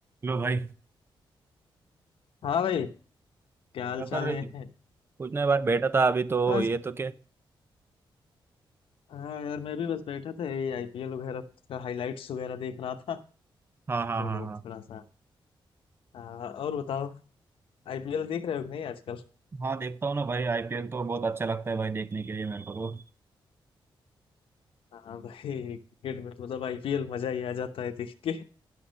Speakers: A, on the right; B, on the left.
A: लो भाई क्या
B: हाँ भाई क्या हाल
A: कर
B: चाल
A: रही
B: है
A: थी कुछ नहीं बार बैठा था अभी तो
B: बस
A: ये तो क्या
B: हाँ यार मैं भी बस बैठा था यही आईपीएल वगैरह का हाइलाइट्स वगैरह देख रहा था
A: हाँ हाँ
B: तो
A: हाँ हाँ
B: थोड़ा सा हाँ, और बताओ आईपीएल देख रहे हो कि नहीं आजकल
A: हाँ देखता हूँ ना भाई आईपीएल तो बहुत अच्छा लगता है भाई देखने के लिए मेरे को तो
B: हाँ भाई क्रिकेट में तो मतलब आईपीएल मजा ही आ जाता है देख के